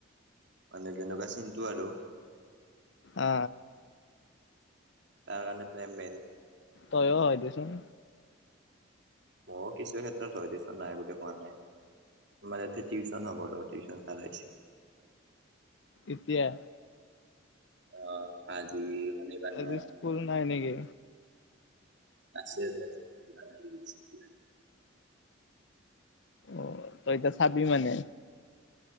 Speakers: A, on the right; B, on the left.
A: মানে কেনেকুৱা চিনটো আৰু
B: অ অ।
A: তাৰ কাৰণে প্ৰেম মেন।
B: তই হয় দেচোন।
A: মইয়ো কিছু ক্ষেত্ৰত ধ দিছো, নাই বুলি কোৱা নাই। আমাৰ এতিয়া টিউচন হ'ব ৰ, টিউচন চাৰ আহিছে।
B: এতিয়া?
A: অহ আজি শনিবাৰ ন
B: আজি স্কুল নাই নেকি
A: আছে আজি
B: অ তই এতিয়া চাবি মানে?